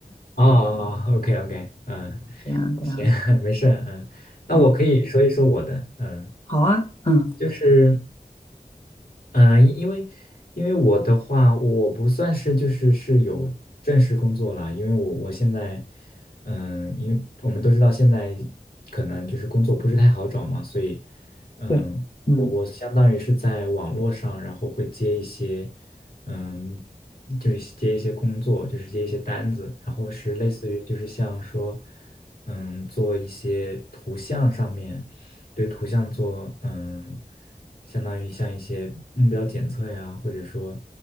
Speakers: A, on the left; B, on the left.
A: 哦，OK OK，嗯。
B: 对啊，对啊，
A: 行，<laughs> 没事儿嗯，那我可以说一说我的，
B: 嗯，
A: 嗯，
B: 好啊，嗯。
A: 就是。嗯，呃因因为因为我的话，我不算是就是是有正式工作啦，因为我我现在，嗯，因为我们都知道现在可能就是工作不是太好找嘛，所以，嗯，
B: 对。嗯，
A: 我我相当于是在网络上，然后会接一些，嗯，就是接一些工作，就是接一些单子，然后是类似于就是像说，嗯，做一些图像上面。对图像做，嗯，相当于像一些目标检测呀，或者说